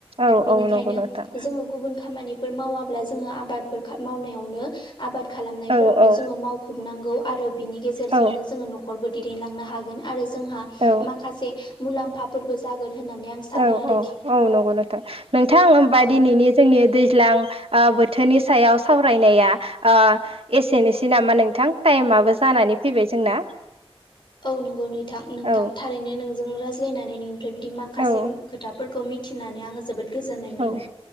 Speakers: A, on the right; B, on the left.
A: औ
B: बिनिखायनो
A: औ नंगौ नोंथां
B: जोङो गुब खामानि फोर मावाब्ला जोङो आबादफोर खा मावनायावनो आबाद खालामनायफोरावनो
A: औ औ
B: जोङो मावखुबनांगौ आरो बिनि गेजेरजोंनो
A: औ
B: जोङो न'खरबो दैदेनलांनो हागोन आरो जोंहा
A: औ
B: माखासे मुलाम फाफोरबो जागोन होननानै आं सानो
A: औ
B: आरोखि
A: औ औ नंगौ नोंथां नोंथां होमबा
B: औ
A: दिनैनि जोंनि दैज्लां ओ बोथोरनि सायाव सावरायनाया ओ एसेनिसै नामा नोंथां टाइमाबो जा जानानै फैबाय जोंना
B: औ नंगौ नैथां नोंथां
A: औ
B: थारैनो नोंजों रायज्लायनानै नों <unintelligible> फ्राय बिदि माखासे
A: औ
B: खोथाफोरखौ मिथिनानै आङो जोबोद गोजोननाय मोनबाय
A: औ